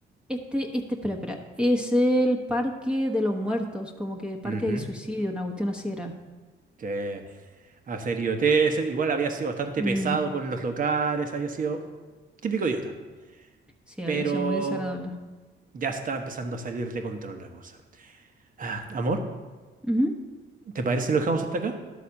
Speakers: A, in the centre; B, on the right.
A: Este, este, espera, espera, es el Parque de los Muertos, como que Parque
B: ujú,
A: del Suicidio, una cuestión así era.
B: Que a hacer idioteces, igual había sido bastante
A: Mm,
B: pesado con los locales, había sido típico idiota,
A: sí, había
B: pero
A: sido muy desagradable.
B: ya está empezando a salir de control la cosa. Ah, amor,
A: Ujú.
B: ¿te parece si lo dejamos hasta acá?